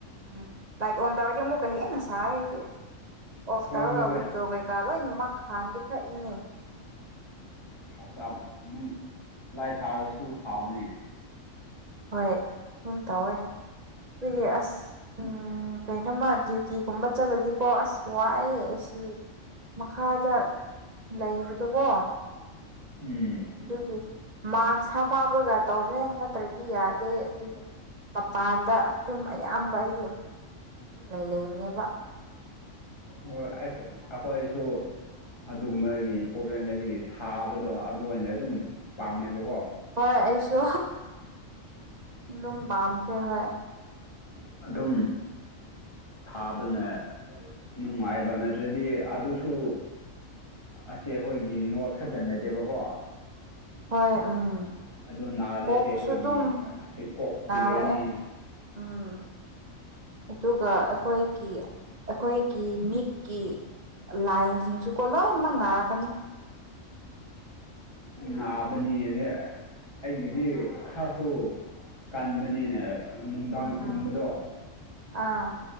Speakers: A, on the right (about 35°); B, on the left (about 20°).
A: ꯎꯝ ꯂꯥꯏꯠ ꯑꯣꯟ ꯇꯧꯔꯗꯤ ꯑꯃꯨꯛꯀ ꯍꯦꯟꯅ ꯁꯥꯌꯦ ꯑꯩꯗꯤ ꯑꯣꯐ
B: ꯍꯣꯏ
A: ꯇꯧꯔꯒ
B: ꯍꯣꯏ ꯍꯣꯏ
A: ꯋꯤꯟꯗꯣ ꯀꯩꯀꯥ ꯂꯣꯏꯅꯃꯛ ꯍꯥꯟꯅꯗꯤ ꯈꯔ ꯏꯪꯉꯤ
B: <unintelligible> ꯅꯨꯡ ꯂꯥꯏ ꯊꯥꯜꯔꯁꯨ ꯁꯥꯕꯅꯤ
A: ꯍꯣꯏ ꯑꯗꯨꯝ ꯇꯧꯋꯦ ꯑꯗꯨꯒꯤ ꯑꯁ ꯎꯝ ꯀꯩꯅꯣꯃ ꯗ꯭ꯌꯨꯇꯤꯒꯨꯝꯕ ꯆꯠꯂꯗꯤꯀꯣ ꯑꯁ ꯋꯥꯑꯦ ꯑꯁꯤ ꯃꯈꯥꯗ ꯂꯩꯕꯗꯨꯀꯣ
B: ꯎꯝ
A: ꯑꯗꯨꯒꯤ ꯃꯥꯛꯁ ꯍꯥꯞ ꯍꯥꯞꯔꯒ ꯇꯧꯕꯅꯦ ꯅꯠꯇ꯭ꯔꯗꯤ ꯌꯥꯗꯦ ꯑꯗꯨꯒꯤ ꯃꯄꯥꯟꯗ ꯑꯗꯨꯝ ꯑꯌꯥꯝꯕ ꯑꯩꯗꯤ ꯑꯗꯨꯨꯝ ꯂꯩ ꯂꯩꯕꯅꯦꯕ
B: ꯑꯣ ꯑꯁ ꯑꯈꯣꯏꯁꯨ ꯑꯗꯨꯒꯨꯝꯕꯒꯤ ꯄ꯭ꯔꯣꯕ꯭ꯂꯦꯝ ꯂꯩꯕꯒꯤ ꯁꯥꯕꯗꯣ ꯑꯗꯨ ꯑꯣꯏꯅ ꯑꯗꯨꯝ ꯄꯥꯝꯃꯦꯕꯀꯣ
A: ꯍꯣꯏ ꯑꯩꯁꯨ ꯑꯗꯨꯝ ꯄꯥꯝꯈ꯭ꯔꯦ ꯍꯣꯏ
B: ꯑꯗꯨꯝ ꯁꯥꯕꯅ ꯅꯨꯡꯉꯥꯏꯕ ꯅꯠꯇ꯭ꯔꯗꯤ ꯑꯗꯨꯁꯨ ꯑꯁꯤ ꯑꯩꯈꯣꯏꯒꯤ ꯅꯣꯠ ꯈꯛꯇ ꯅꯠꯗꯦꯕꯀꯣ
A: ꯍꯣꯏ ꯎꯝ
B: ꯑꯗꯨ ꯅꯥꯔꯗꯤ
A: ꯀꯣꯛꯁꯨ
B: ꯑꯁꯤ ꯑꯩꯈꯣꯏꯒꯤ
A: ꯑꯗꯨꯝ
B: ꯑꯁꯤ ꯀꯣꯛ ꯆꯤꯛꯀꯅꯤ
A: ꯅꯥꯔꯛꯑꯦ ꯎꯝ ꯑꯗꯨꯒ ꯑꯩꯈꯣꯏꯒꯤ ꯑꯩꯈꯣꯏꯒꯤ ꯃꯤꯠꯀꯤ ꯂꯥꯏꯟꯁꯤꯡꯁꯨꯀꯣ ꯂꯣꯏꯅꯃꯛ ꯅꯥꯔꯛꯀꯅꯤ
B: ꯅꯥꯕꯅꯤ ꯑꯩꯒꯤꯗꯤ ꯈꯔꯁꯨ ꯀꯟꯕꯅꯤꯅꯦ ꯅꯨꯡꯗꯥꯡ
A: ꯎꯝ
B: ꯇꯨꯝꯕꯗꯣ
A: ꯑꯥ